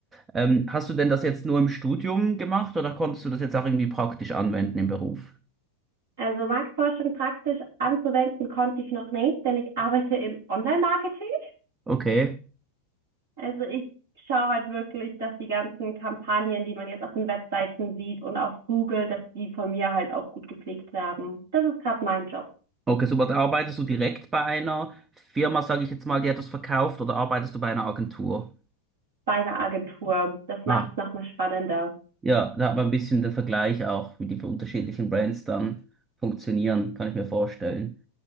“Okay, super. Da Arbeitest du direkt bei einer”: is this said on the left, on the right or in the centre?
Right